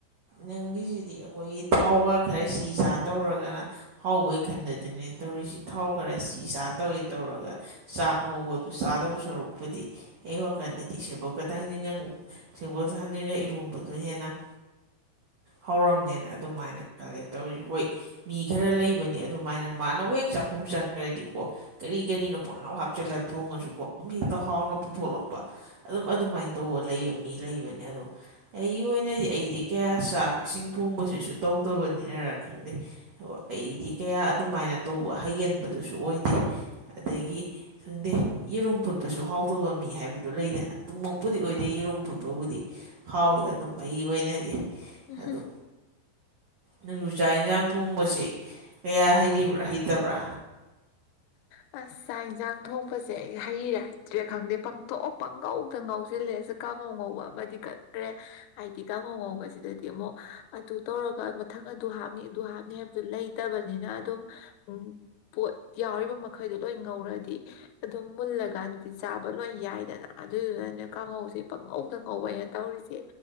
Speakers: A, on the right; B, on the left.
A: ꯅꯪꯒꯤꯁꯤꯗꯤ ꯑꯩꯈꯣꯏꯒꯤ ꯊꯥꯎꯒ ꯈꯔ ꯁꯤ ꯆꯥ ꯇꯧꯔꯒꯅ ꯍꯥꯎꯕꯩ ꯈꯟꯗꯗꯅꯦ ꯇꯧꯔꯤꯁꯤ ꯊꯥꯎ ꯈꯔ ꯆ ꯆꯥ ꯇꯧꯏꯤ ꯇꯧꯔꯒ ꯆꯥꯛ ꯉꯧꯕ ꯆꯥꯗꯧ ꯁꯔꯨꯛꯄꯗꯤ ꯑꯩ ꯋꯥꯈꯟꯗꯗꯤ ꯁꯦꯕꫭꯠ ꯈꯤꯇꯪꯁꯤꯅ ꯉꯧ <unintelligible> ꯏꯔꯣꯝꯕꯗ ꯍꯦꯟꯅ ꯍꯥꯎꯔꯝꯅꯦꯅ ꯑꯗꯨꯃꯥꯏꯅ ꯈꯜꯂꯦ ꯇꯧꯔꯤ ꯍꯣꯏ ꯃꯤ ꯈꯔ ꯂꯩꯕꯅꯦ ꯑꯗꯨꯃꯥꯏꯅ ꯃꯥꯅ ꯍꯦꯛ ꯆꯥꯛꯈꯨꯝ ꯆꯪꯈ꯭ꯔꯗꯤꯀꯣ ꯀꯔꯤ ꯀꯔꯤꯅꯣ ꯄꯣꯉꯥꯡ ꯍꯥꯞꯆꯤꯜꯂ ꯊꯣꯡꯉꯁꯨꯀꯣ ꯍꯦꯛꯇ ꯍꯥꯎꯅ ꯄꯨꯊꯣꯛꯂꯛꯄ ꯑꯗꯨꯝ ꯑꯗꯨꯃꯥꯏꯅ ꯇꯧꯕ ꯂꯩꯕ ꯃꯤ ꯂꯩꯕꯅꯦ ꯑꯗꯣ ꯑꯩꯒꯤ ꯑꯣꯏꯅꯗꯤ ꯑꯩꯗꯤ ꯀꯌꯥ ꯆꯥꯛ ꯏꯁꯤꯡ ꯊꯣꯡꯕꯁꯤꯁꯨ ꯇꯧꯗꯕꯅꯤꯅ ꯈꯪꯗꯦ ꯑꯩꯗꯤ ꯀꯌꯥ ꯑꯗꯨꯃꯥꯏꯅ ꯇꯧꯕ ꯍꯩꯒꯟꯕꯗꯨꯁꯨ ꯑꯣꯏꯗꯦ ꯑꯗꯒꯤ ꯈꯪꯗꯦ ꯌꯦꯔꯨꯝ ꯐꯨꯠꯄꯁꯨ ꯍꯥꯎꯇꯕ ꯃꯤ ꯍꯥꯏꯕꯗꯨ ꯂꯩꯗꯅ ꯑꯗꯨꯝꯃꯛꯄꯨꯗꯤ ꯑꯣꯏꯗꯦ ꯌꯦꯔꯨꯝ ꯐꯨꯠꯄꯕꯨꯗꯤ ꯍꯥꯎꯋꯤ ꯑꯗꯨꯝ ꯑꯩꯒꯤ ꯑꯣꯏꯅꯗꯤ
B: ꯎꯝ
A: ꯑꯗꯨ ꯅꯪꯁꯨꯨ ꯆꯥꯛ ꯏꯟꯁꯥꯡ ꯊꯣꯡꯕꯁꯤ ꯀꯌꯥ ꯍꯩꯔꯤꯕ꯭ꯔꯥ ꯍꯩꯇꯕ꯭ꯔꯥ
B: ꯑꯁ ꯆꯥꯛ ꯌꯦꯟꯁꯥꯡ ꯊꯣꯡꯕꯁꯦ ꯑꯩ ꯍꯩꯔꯤꯔ ꯍꯩꯇ꯭ꯔꯤꯔ ꯈꯪꯗꯦ ꯄꯪꯊꫭꯡ ꯄꯪꯉꯧꯗ ꯉꯧꯁꯤꯜꯂꯦ ꯀꯥꯡꯉꯧ ꯉꯧꯕ ꯑꯃꯗꯤ ꯀꯟꯈ꯭ꯔꯦ ꯍꯥꯏꯗꯤ ꯀꯥꯡꯍꯧ ꯉꯧꯕꯁꯤꯗꯗꯤ ꯑꯃꯨꯛ ꯑꯗꯨ ꯇꯧꯔꯒ ꯃꯊꯪ ꯑꯗꯨ ꯍꯥꯞꯅꯤ ꯑꯗꯨ ꯍꯥꯞꯅꯤ ꯍꯥꯏꯕꯗꯨ ꯂꯩ ꯇꯕꯅꯤꯅ ꯑꯗꯨꯝ ꯎꯝ ꯄꯣꯠ ꯌꯥꯎꯔꯤꯕ ꯃꯈꯩꯗꯣ ꯂꯣꯏ ꯉꯧꯔꯗꯤ ꯑꯗꯨꯝ ꯃꯨꯜꯂꯀꯥꯟꯗꯗꯤ ꯆꯥꯕ ꯂꯣꯏ ꯌꯥꯏꯗꯅ ꯑꯗꯨꯏꯗꯨꯅꯅꯦ ꯀꯥꯡꯍꯧꯁꯦ ꯄꯪꯉꯧꯗ ꯉꯧꯕꯩ ꯇꯧꯔꯤꯁꯦ